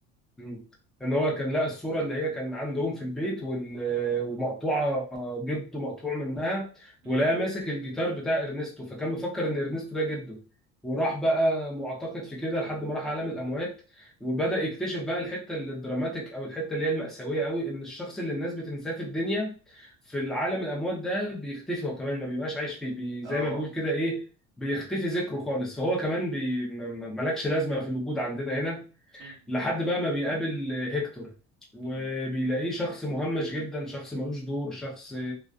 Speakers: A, in the centre; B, on the right.
A: مم. ان هو كان لقى الصوره اللي هي كان عندهم في البيت وال- ومقطوعه جده مقطوع منها
B: م-
A: ولقى ماسك الجيتار بتاع ارنستو فكان مفكر ان ارنستو ده جده وراح بقى معتقد في كده لحد ما راح عالم الاموات وبدأ يكتشف بقى الحته اللي الدراماتيك او الحته اللي هي المأساويه قوي ان الشخص اللي الناس بتنساه في الدنيا في العالم الاموات ده بيختفي هو كمان ما بيبقاش عايش فيه بي زي
B: اه
A: ما بيقول كده ايه بيختفي ذكره خالص فهو كمان بي... م- م- ملكش لازمه في الوجود عندنا هنا
B: م- اه
A: لحد بقى ما بيقابل هيكتور وبيلاقيه
B: م- م-
A: شخص مهمش جدا شخص ملوش دور شخص